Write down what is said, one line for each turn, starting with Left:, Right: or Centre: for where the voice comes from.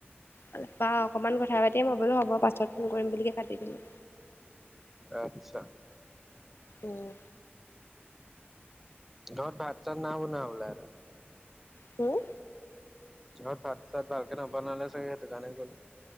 Left: তাৰপা অকমান কথা পাতি মই বোলো হ'ব পাছত ফোন কৰিম বুলি কৈ কাটি দিলোঁ
Centre: আচ্ছা।
Left: উম।
Centre: ঘৰত ভাত-চাত নাই বনোৱা হবলা তাৰ?
Left: হুম?
Centre: অ ভাত-চাত ভালকে নবনালে চাগে? সেইটো কাৰণে গ'ল।